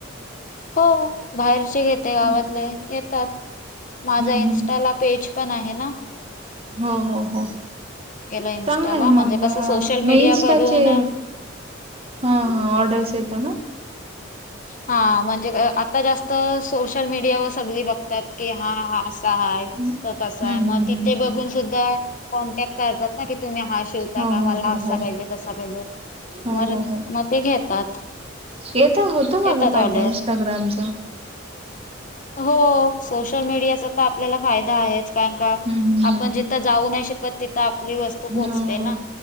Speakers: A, on the left; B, on the right.
A: हो, बाहेरचे घेते,
B: हम्म
A: गावातले येतात. माझा
B: हम्म
A: इन्स्टा ला पेज पण आहे ना.
B: हो हो हो...
A: गेला इन्स्टाला
B: चांगलंय
A: म्हणजे
B: मग अ..
A: कसं सोशल मीडिया
B: मग इन्सटाचे
A: करून
B: हा हा ऑर्डर्स येता ना
A: हा म्हणजे आता जास्त सोशल मीडिया वर सगळी बघतात की हा हा अ हाय..
B: हम्म
A: त तस आहे,
B: हम्म
A: मग तिथे
B: हम्म
A: बघून सुधा कॉन्टॅक करतात ना. तुम्ही हा शिवता
B: हो
A: का?
B: हो
A: मला
B: हो
A: असा
B: हो
A: पाहिजे तसा पाहिजे
B: हो
A: मर
B: हो हो
A: मग ते घेतात.
B: येत होत काग
A: येतात
B: फायदा
A: ऑर्डर
B: इंस्टाग्रामचा?
A: हो सोशल मीडियाचा तर आपल्याला फायदा आहेच. कारण का
B: हम्म हम्म
A: आपण जिथं जाऊ नाही शकत तिथं वस्तू पोहोचते
B: हो..
A: ना